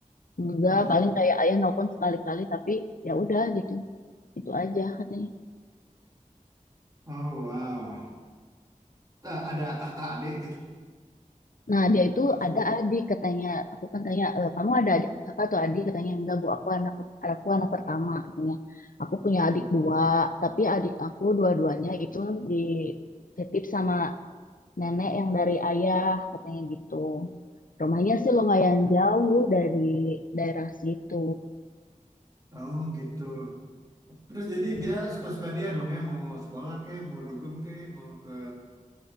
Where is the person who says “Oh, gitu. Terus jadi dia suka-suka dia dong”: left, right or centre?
Right